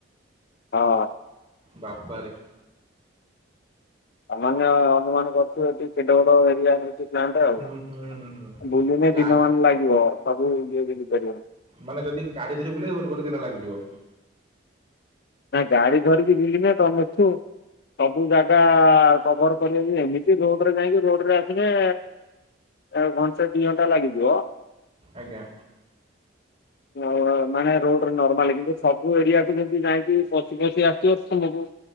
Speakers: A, on the left (about 50°); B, on the right (about 30°).
A: ହଁ।
B: ବାବା ରେ।
A: ସାମାନ୍ୟ ଅନୁମାନ କରୁଥିବେ ଟି କେଡେ ବଡ ଏରିଆ ନେଇଚି। ସେଇ ପ୍ଲାନ୍ଟଟା ଆଉ
B: ହୁଁ ହୁଁ ହୁଁ ହୁଁ।
A: ବୁଲିନେ
B: ପ୍ଲାଣ୍ଟ
A: ଦିନ ମାନ ଲାଗିବ ସବୁ ଇଏ ବୁଲିପାରିବନି।
B: ମାନେ ଯଦି ଗାଡି ଧରି ବୁଲିବ ଗୋଟେ ଗୋଟେ ଦିନ ଲାଗିଯିବ।
A: ନାଁ ଗାଡି ଧରିକି ବୁଲିଲେ ତମକୁ ସବୁ ଜାଗା କଭର କରିହେବ କି ଏମିତି ରୋଡରେ ଯାଇକି ରୋଡରେ ଆସିଲେ ଏ ଘଣ୍ଟେ ଦି ଘଣ୍ଟା ଲାଗିଯିବ।
B: ଆଜ୍ଞା।
A: ଉଁ ମାନେ ରୋଡରେ ନର୍ମାଲ କିନ୍ତୁ ସବୁ ଏରିଆ କୁ ଯେମିତି ଯାଇ କି ପଶି ପଶି ଆସିବ ତମକୁ